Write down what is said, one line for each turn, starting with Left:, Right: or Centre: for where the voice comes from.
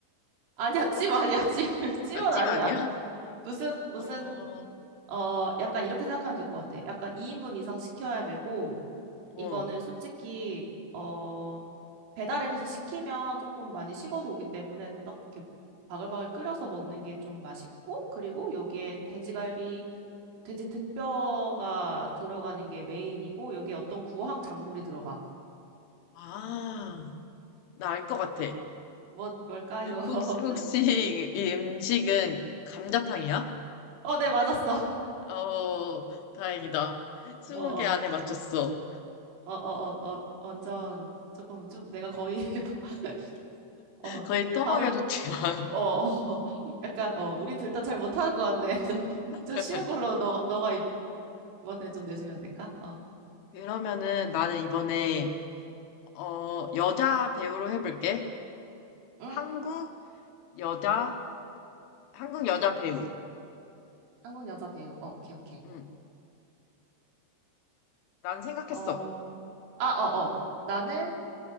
Right: 아니야, 찜 아니야, 찜. <laughs> 찜은
Left: 아, 찜
Right: 아니야.
Left: 아니야? <laughs>
Right: 무슨, 무슨,
Left: 어,
Right: 어, 약간 이렇게 생각하면 될 것 같아. 약간 2인분 이상 시켜야 되고,
Left: 어.
Right: 이거는 솔직히 어 배달앱에서 시키면 조금 많이 식어서 오기 때문에 딱 이렇게 바글바글 끓여서 먹는 게 좀 맛있고 그리고 여기엔 돼지갈비 돼지 등뼈가 들어가는 게 메인이고 여기에 어떤 구황 작물이 들어가
Left: 아, 나 알 것 같아.
Right: 어, 뭐 뭘까요? <laughs>
Left: 혹시, 혹시 이 음식은 감자탕이야?
Right: 어 네 맞았어
Left: 어, 다행이다. 스무
Right: 어 어
Left: 개 안에 맞췄어.
Right: 어 어 어 어, 완전 조금 좀 내가 거의 <laughs> 어
Left: 거의 떠먹여줬지만.
Right: 답을 어, 어, <laughs> 약간, 어, 우리 둘 다 잘 못하는 것 같네. <laughs> 좀,
Left: <laughs>
Right: 좀 쉬운 걸로 너, 너가 이번에 좀 내주면 안 될까? 어,
Left: 그러면은 나는 이번에, 어, 여자 배우로 해볼게.
Right: 응,
Left: 한국 여자, 한국 여자 배우.
Right: 한국 여자 배우. 어, 오케이, 오케이.
Left: 응, 난 생각했어.
Right: 어, 아, 어, 어. 나는,